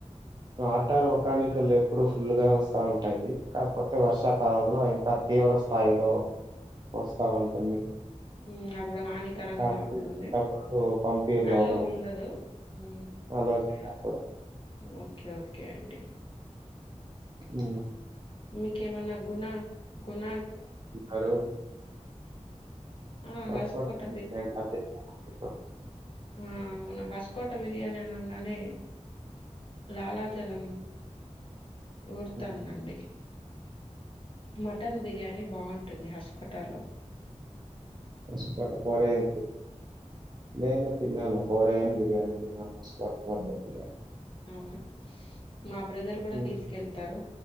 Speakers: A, on the right; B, on the left.
A: ఆటర్ ఒకానికల్ ఎప్పుడు ఫుల్ గా వస్తా ఉంటాయి. కాకపోతే వర్షాకాలంలో ఇంకా తీవ్ర స్థాయిలో వస్తా ఉంటుంది.
B: ఉమ్ ఇప్పుడు హానికరంగా
A: కాబట్టి
B: ఉంటుంది
A: అప్పుడు పంపియ్యరు
B: అలో
A: లోపలికి.
B: ఉండదు ఉమ్
A: అలో చేయరప్పుడు.
B: ఓకే ఓకే అండి
A: ఉహు
B: మీకే ఏమన్నా గుణ గుణ
A: అరు
B: ఆ
A: హస్కోటా
B: హస్కోట
A: బిర్యానీ అదెట్ల <unintelligible>
B: ఆ అవును హస్కోట బిర్యానీ అనంగానే లాలాజలం ఊరుతాందండి
A: హ్మ్.
B: మటన్ బిర్యానీ బాగుంటుంది హస్ కోటాలో
A: హస్కోటా ఫోర్ ఏ యమ్ నేను తిన్నాను. ఫోర్ ఏ యం బిర్యానీ తిన్నాను హస్కోటా <unintelligible>
B: అవునా మా బ్రదర్ కూడా
A: హ్మ్.
B: తీసుకెళ్తారు.